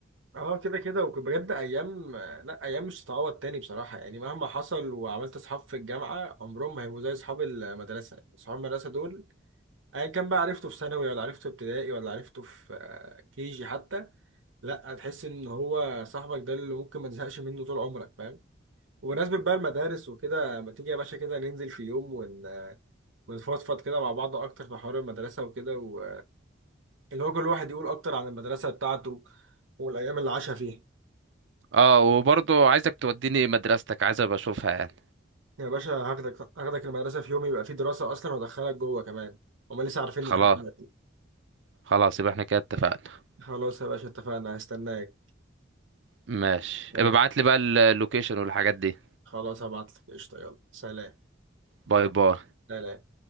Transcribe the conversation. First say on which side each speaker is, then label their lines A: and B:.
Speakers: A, on the right (about 85°); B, on the right (about 70°).
A: اه كده كده وبجد ايام لا ايام مش هتتعوض تاني بصراحه يعني مهما حصل وعملت اصحاب في الجامعه عمرهم ما هيبقوا زي اصحاب المدرسه اصحاب المدرسه دول ايا كان بقى عرفته في ثانوي ولا عرفته في ابتدائي ولا عرفته في كيجي حتى لا هتحس ان هو صاحبك ده اللي ممكن ما تزهقش منه طول عمرك فاهم وبمناسبة بقى المدارس وكده ما تيجي يا باشا كده ننزل في يوم ون... ونفضفض كده مع بعض اكتر في حوار المدرسة وكده و... اللي هو كل واحد يقول اكتر عن المدرسة بتاعته والايام اللي عاشها فيها
B: اه وبرضو عايزك توديني مدرستك عايز ابقى اشوفها يعني
A: يا باشا هاخدك هاخدك المدرسة في يوم يبقى فيه دراسة أصلا وأدخلك جوه كمان هما لسه عارفين
B: خلاص
A: لحد دلوقتي
B: خلاص يبقى احنا كده اتفقنا
A: خلاص يا باشا اتفقنا هستناك
B: ماشي
A: ماشي،
B: ابقى ابعت لي بقى اللوكيشن والحاجات دي
A: خلاص هبعتلك قشطة يلا سلام
B: باي باي
A: سلام